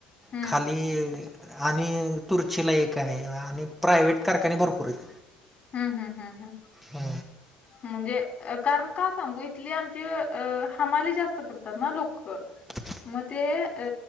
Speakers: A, on the left (about 40°); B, in the centre.
A: हम्म
B: खाली आणि तुर्चीला एक आहे आणि प्रायवहेट कारखाने भरपूर आहेत.
A: हम् हम्म हम् हम.
B: हम.
A: म्हणजे कारण का सांगू इथली आमची हमाली जास्त करतात ना लोक
B: ह.
A: मग ते अ